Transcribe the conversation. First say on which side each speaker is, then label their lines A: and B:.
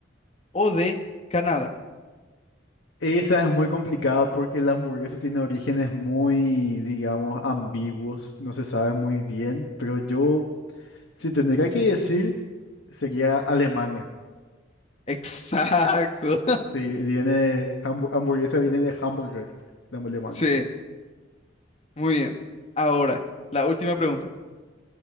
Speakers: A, on the left (about 30°); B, on the left (about 70°).
A: o D, Canadá.
B: Esa es muy complicada porque la hamburguesa tiene orígenes muy, digamos, ambiguos, no se sabe muy bien, pero yo, si tendría que decir, sería Alemania.
A: Exacto. <laughs>
B: Sí, viene, hambu- hamburguesa viene de hamburger, de Alemania.
A: Sí, muy bien. Ahora, la última pregunta.